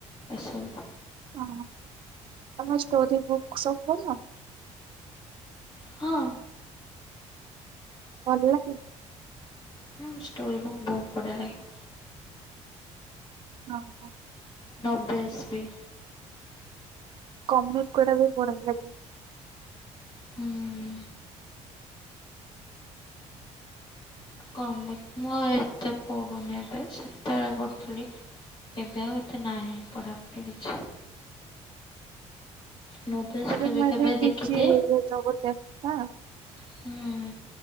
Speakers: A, on the left; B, on the right.
A: ଏସବୁ।
B: ହ ଆମ ଷ୍ଟୋରୀ ବୁକ୍ ସବୁ ପଢ।
A: ହଁ।
B: ଭଲ୍ ଲାଗେ?
A: ହୁଁ ଷ୍ଟୋରି ବୁକ୍ ବହୁତ୍ ବଢ଼ିଆ ଲାଗେ।
B: ହଁ ହଁ।
A: ନବେ ଏସ୍ପି।
B: <unintelligible>
A: ହୁଁ କମେଟ୍ ମୁଁ ଆଉ ଏତେ ପଢୁନି ଏବେ ସେତେବେଳେ ପଢୁଥିଲି। ଏବେ ଆଉ ଏତେ ନାହିଁ ପଢ଼ାପଢ଼ି କିଛି। ନୋବେଲ୍ସ
B: ଏବେ
A: କେବେ
B: ମୁଁ ଏବେ
A: କେବେ ଦେଖିଦିଏ।
B: ବିଜି ହେଇ <unintelligible> ନା।
A: ହୁଁ